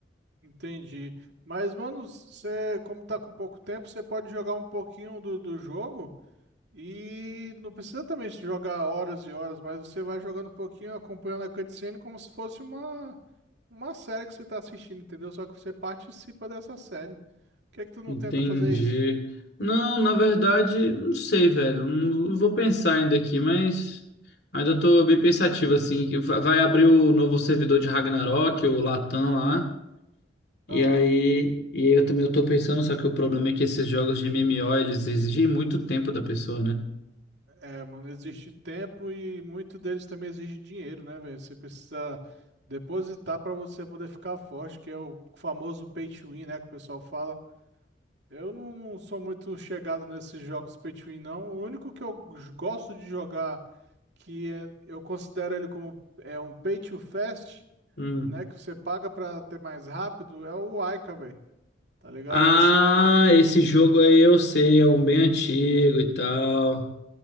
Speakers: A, on the right; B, on the left.
A: Entendi. Mas, mano, você, como tá com pouco tempo, você pode jogar um pouquinho do, do jogo e não precisa também jogar horas e horas, mas você vai jogando um pouquinho, acompanhando a cutscene como se fosse uma, uma série que você tá assistindo, entendeu? Só que você participa dessa série. Por que que tu não
B: Entendi.
A: tenta fazer isso?
B: Não, na verdade, não sei, velho. Não não vou pensar ainda aqui, mas ainda tô bem pensativo, assim, que va- vai abrir o novo servidor de Ragnarok, o Latam lá. E
A: Aham.
B: aí, e eu também eu tô pensando, só que o problema é que esses jogos de MMO, eles exigem muito tempo da pessoa, né?
A: É, mano, existe tempo e muito deles também exige dinheiro, né, velho? Você precisa depositar pra você poder ficar forte, que é o famoso pay to win, né, que o pessoal fala. Eu não, não sou muito chegado nesses jogos pay to win, não. O único que eu g- gosto de jogar, que é- eu considero ele como é um pay to fast,
B: Hum.
A: né? Que você paga pra ter mais rápido, é o Aika, velho. Tá ligado?
B: Ah,
A: Você.
B: esse jogo aí eu sei, é um bem antigo e tal.